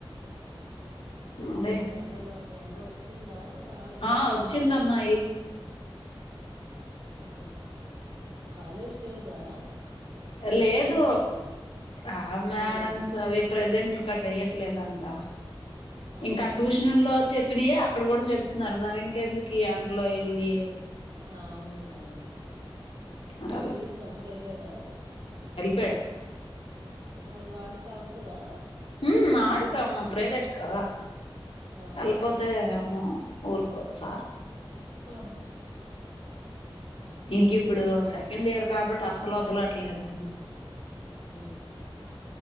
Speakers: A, on the right (about 55°); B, on the left (about 80°).
A: ఎట్లాంది
B: అదే
A: ఎండలో ఎండ వచ్చిందా రాలేదా
B: ఆ వచ్చిందమ్మా
A: ఏంటి ఆ కాలేజ్ లేదా
B: అ లే దు ఆ
A: ఉమ్
B: మేడమ్స్ అవే ప్రెజెంట్ కట్ ఎయ్యట్లేదంట
A: అదేంటి
B: ఇంకా ట్యూషనోళ్ళో చె త్రియే అక్కడ కూడా చెప్తున్నారు మరి ఇంకెందుకు ఈ ఎండలో ఎళ్ళి
A: ఆ ఔనులే అవును
B: మరి
A: ఏ తమ్ముడెల్లాడా
B: పెడం
A: మరి వాడికి ఔతదా
B: ఉమ్ ఆడుకామ్మా ప్రైవేట్ కదా
A: ఆ
B: ఎల్లపోతే అమ్మో ఊరుకో సార్
A: ఆ
B: ఇంకప్పుడు సెకండ్ ఇయర్ కాబట్టి అసలు వదలట్లేదమ్మ
A: హ